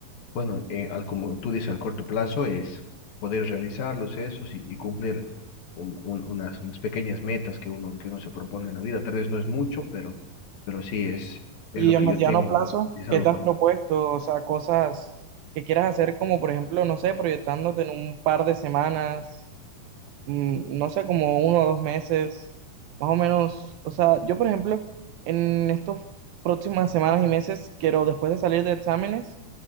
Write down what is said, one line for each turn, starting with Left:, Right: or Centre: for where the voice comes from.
Left: Bueno, eh, al, como tú dices, al corto plazo es poder realizar los esos y, y cumplir un- un- unas, unas pequeñas metas que uno, que uno se propone en la vida. Tal vez no es mucho, pero, pero sí es, es
Right: Y
Left: lo
Right: a
Left: que
Right: mediano
Left: yo tengo
Right: plazo,
Left: realizado
Right: ¿qué te
Left: para.
Right: has propuesto? O sea, cosas que quieras hacer como, por ejemplo, no sé, proyectándote en un par de semanas. mm, no sé, como uno o dos meses, más o menos. O sea, yo, por ejemplo, en estas próximas semanas y meses, quiero, después de salir de exámenes,